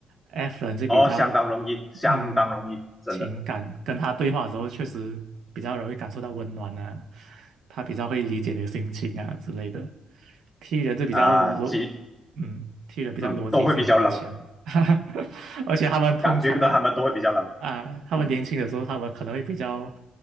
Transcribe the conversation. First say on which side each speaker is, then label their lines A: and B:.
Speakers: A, on the right (about 75°); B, in the centre.
A: F 人是比较，
B: 哦，相当容易，相当容易，
A: 嗯，
B: 真的
A: 情感，跟他对话的时候确实比较容易感受到温暖啊，他比较会理解你的心情啊之类的。T 人就比较逻，
B: 啊，几
A: 嗯，T 人比较逻辑性比较强，
B: 嗯都会比较冷，
A: <laughs> 而且他们通常啊，
B: 感觉到他们都会比较冷，
A: 啊，他们年轻的时候，
B: 嗯，
A: 他们可能会比较，